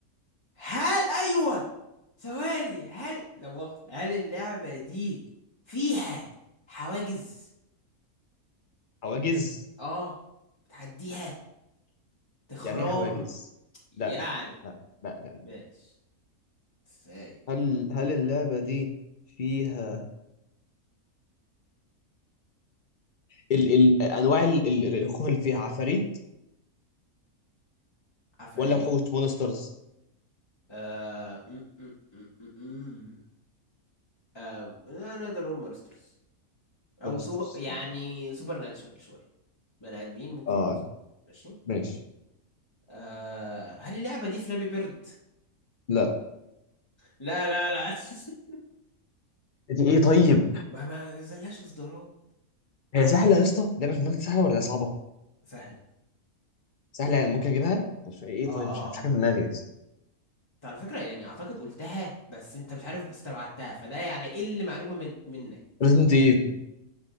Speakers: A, on the left (about 20°); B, on the left (about 50°).
A: هل ايوه ثواني هل لا مؤاخذة هل اللعبة دي فيها حواجز
B: حواجز
A: اه بتعديها تخرام
B: يعني ايه حواجز
A: يعني
B: لا لا لا لا لا
A: ماشي ازاي
B: هل هل اللعبه دي فيها ال... ال... انواع ال... ال... الخوف اللي فيها عفاريت
A: عفاريت
B: ولا وحوش مونسترز
A: آه... م- م- م- م- م. آه... لا نقدر نقول مونسترز او
B: مونسترز
A: سوبر يعني سوبر ناتشرال شويه بني ادمين ممكن
B: اه
A: يبقوا سوبر ماشي
B: ماشي
A: آه... هل اللعبه دي فلابي بيرد
B: لا
A: لا لا لا <laughs>
B: دي ايه طيب
A: ما ما زلاش اصدارات
B: هي سهله يا اسطى لعبه في دماغك سهله ولا صعبه
A: سهله
B: سهله يعني ممكن اجيبها مش ايه
A: اه اه
B: طيب مش مش
A: اه
B: حاجه في دماغي يا اسطى
A: أنت على فكره يعني اعتقد قلتها بس انت مش عارف استبعدتها فده يعني ايه اللي معلومه من منك
B: ريزنت ايفل